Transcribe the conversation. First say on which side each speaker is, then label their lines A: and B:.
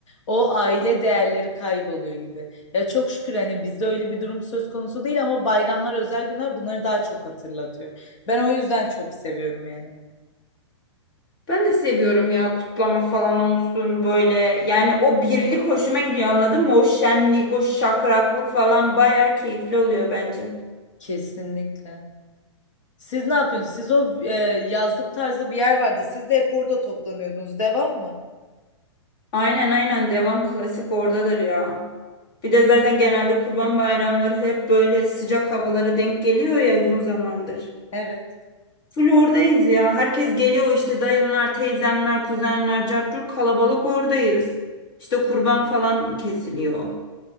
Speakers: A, on the left; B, on the left.
A: o aile değerleri kayboluyor gibi. Ya çok şükür hani bizde öyle bir durum söz konusu değil ama bayramlar, özel günler bunları daha çok hatırlatıyor. Ben o yüzden çok seviyorum yani.
B: Ben de seviyorum ya kutlama falan olsun böyle. Yani o birlik hoşuma gidiyor anladın mı? O şenlik, o şakraklık falan bayağı keyifli oluyor bence.
A: Kesinlikle. Siz ne yapıyorsunuz? Siz o e, yazlık tarzı bir yer vardı. Siz de hep orada toplanıyordunuz. Devam mı?
B: Aynen aynen devam klasik oradadır ya. Bir de zaten genelde kurban bayramları hep böyle sıcak havalara denk geliyor ya uzun zamandır.
A: Evet.
B: Full oradayız ya. Herkes geliyor işte dayımlar, teyzemler, kuzenler, cartçur kalabalık oradayız. İşte kurban falan kesiliyor.